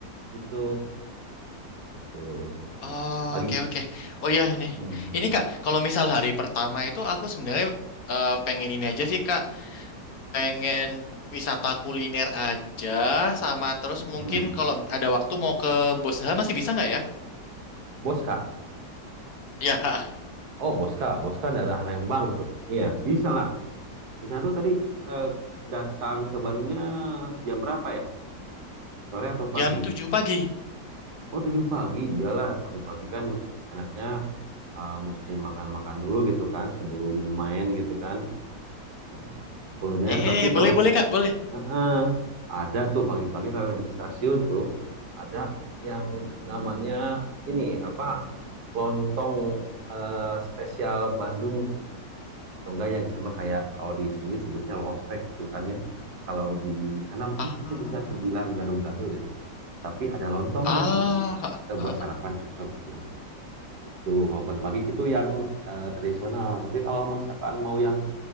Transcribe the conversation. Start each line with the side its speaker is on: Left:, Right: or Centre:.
Right: itu itu
Left: <laughs> Oh,
Right: pagi.
Left: oke oke. Oh ya nih,
Right: Hmm,
Left: ini Kak, kalau misal hari pertama itu aku sebenarnya eh, pengen ini aja sih Kak. pengen wisata kuliner aja sama terus
Right: hmm.
Left: mungkin kalau ada waktu mau ke Bosha masih bisa nggak ya?
Right: Boska.
Left: Ya,
Right: Oh, Boska. Boska daerah Lembang tuh. Iya, bisa lah. Rencana tuh tadi eh, datang ke Bandungnya jam berapa ya? Sore atau pagi?
Left: jam 7 pagi.
Right: Oh, 7 pagi. Iyalah, pagi-pagi kan enaknya eh, mesti makan-makan dulu gitu kan sebelum main gitu kan. Eh, kuliner,
Left: Eh,
Right: tapi
Left: boleh
Right: kalau
Left: boleh Kak, boleh.
Right: eh, eh, ada tuh pagi-pagi kalau deket stasiun tuh ada yang namanya ini apa? Lontong eh, spesial Bandung tuh. Atau enggak yang sama kayak kalau di sini sebutnya lotek tuh kan ya. Kalau di sana mungkin
Left: Ah,
Right: sebutnya bisa sebilang gado-gado deh. Tapi ada lontongnya
Left: ah,
Right: gitu. Kita
Left: ah.
Right: buat sarapan
Left: ah.
Right: cocok tuh. Itu kalau pagi-pagi itu yang eh, tradisional. Tapi kalau misalkan mau yang